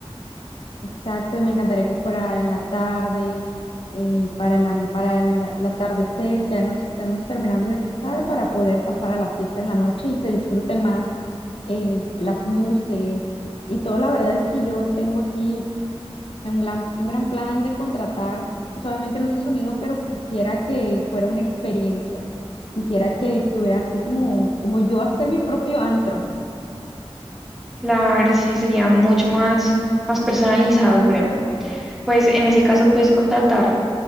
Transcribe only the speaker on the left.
Exacto, y me encantaría que fuera en la tarde, eh, para el, am- para el el atardecer, ya nos estemos terminando de casar para poder pasar a la fiesta en la noche y se disfrute más eh, las luces y todo. La verdad es que yo tengo aquí un gran, un gran plan de contratar, pues obviamente luz y sonido, pero quisiera que fuera una experiencia. Quisiera que estuviera así como, como yo hacer mi propio antro.